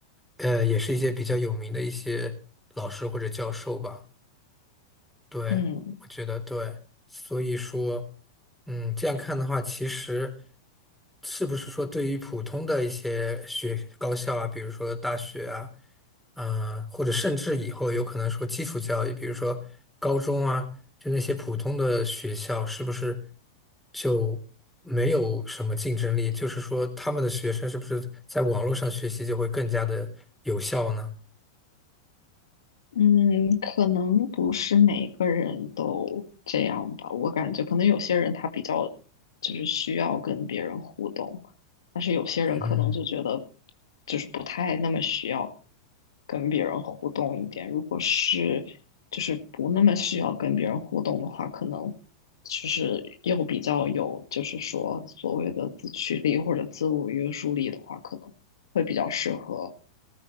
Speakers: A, in the centre; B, on the left.
A: 呃，也是一些比较有名的一些老师或者教授吧。对，
B: 嗯。
A: 我觉得对，所以说，嗯，这样看的话，其实是不是说对于普通的一些学高校啊，比如说大学啊。呃，或者甚至以后有可能说基础教育，比如说高中啊，就那些普通的学校，是不是就没有什么竞争力？就是说，他们的学生是不是在网络上学习就会更加的有效呢？
B: 嗯，可能不是每个人都这样吧。我感觉可能有些人他比较就是需要跟别人互动，但是有些人可能就觉得
A: 嗯，
B: 就是不太那么需要跟别人互动一点。如果是就是不那么需要跟别人互动的话，可能就是又比较有就是说所谓的自驱力或者自我约束力的话，可能会比较适合。